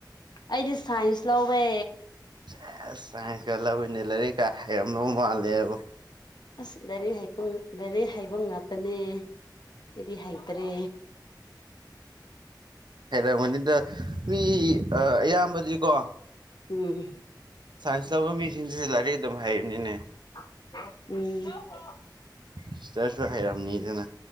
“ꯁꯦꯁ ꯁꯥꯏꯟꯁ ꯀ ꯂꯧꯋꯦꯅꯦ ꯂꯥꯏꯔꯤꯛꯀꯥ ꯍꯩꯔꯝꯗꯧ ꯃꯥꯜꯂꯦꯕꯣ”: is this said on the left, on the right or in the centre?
Right